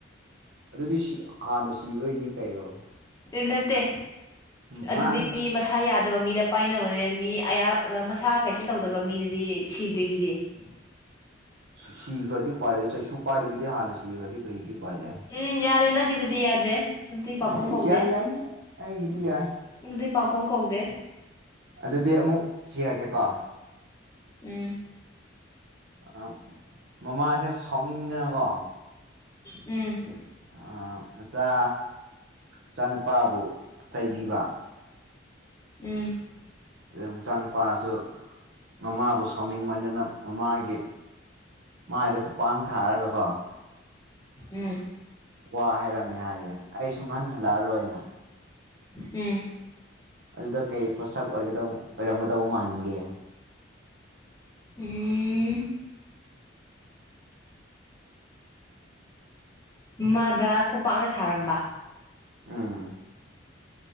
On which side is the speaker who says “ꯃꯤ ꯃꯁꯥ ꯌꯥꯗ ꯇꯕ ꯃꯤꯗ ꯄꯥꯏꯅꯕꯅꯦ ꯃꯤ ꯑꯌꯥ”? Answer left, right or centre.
Left